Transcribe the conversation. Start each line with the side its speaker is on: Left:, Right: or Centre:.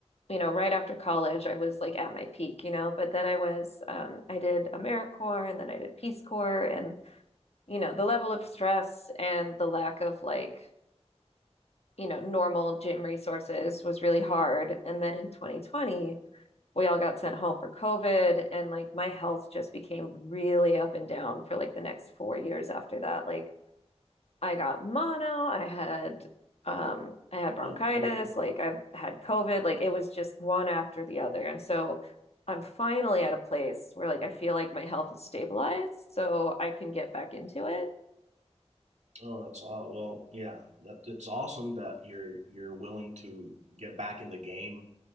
Left: you know, right after college, I was like at my peak, you know, but then I was, um, I did AmeriCorps and then I did Peace Corps, and you know, the level of stress and the lack of like you know, normal gym resources was really hard. And then in 2020, we all got sent home for COVID and like my health just became really up and down for like the next four years after that. Like I got mono, I had um I had bronchitis,
Right: Oh dear Lord.
Left: like i had COVID, like it was just one after the other. And so I'm finally at a place where like I feel like my health is stabilized, so I can get back into it.
Right: Oh, that's aw well, yeah. That it's awesome that you're you're willing to get back in the game.